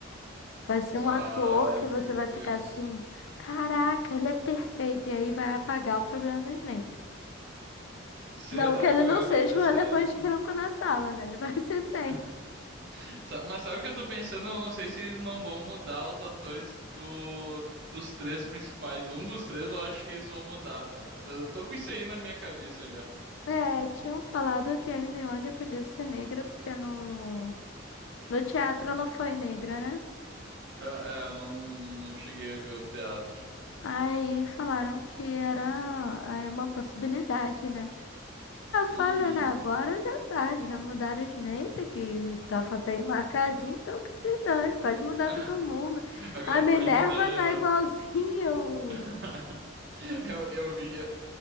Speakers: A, on the left; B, on the right.
A: Vai ser um
B: Ai,
A: ator que
B: meu
A: você vai
B: Deus.
A: ficar assim, caraca, ele é perfeito. E aí vai apagar o problema do Snape.
B: Será
A: Não que ele
B: que
A: não
B: vai
A: seja
B: acontecer
A: um elefante
B: isso?
A: branco na sala, né? Ele vai <laughs> ser sempre.
B: <laughs> Sa- Mas sabe o que eu tô pensando? Eu não sei se eles não vão mudar os atores do, dos três principais. Um dos três eu acho que eles vão mudar, tá? Eu tô com isso aí na minha cabeça já.
A: É, tinham falado que a Hermione podia ser negra, porque no, no teatro ela foi negra, né?
B: É, é, eu não, não cheguei a ver o teatro.
A: Aí falaram que era aí uma possibilidade, né? Eu falando
B: Uhum.
A: Agora já é tarde, já mudaram o Snape, que tava bem marcadinho, então que se dane, pode mudar
B: <laughs>
A: todo mundo.
B: Agora
A: A Minerva
B: pode mudar geral.
A: tá igualzinho.
B: <laughs>
A: <laughs>
B: Eu, eu vi, eu,